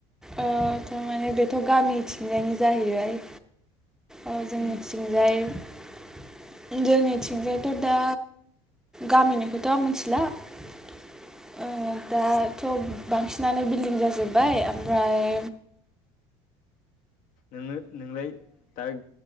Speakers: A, in the centre; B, on the left.
A: ओ थ'माने बेथ' गामि थिंजायनायनि जाहैबाय ओ जोंनिथिंजाय
B: उम
A: उम जोंनिथिंजायथ' दा गामिनिखौथ' मिथिला ओ दाथ' बांसिनानो बिल्डिं जाजोबबाय आमफ्राय
B: नोङो नोंलाय दा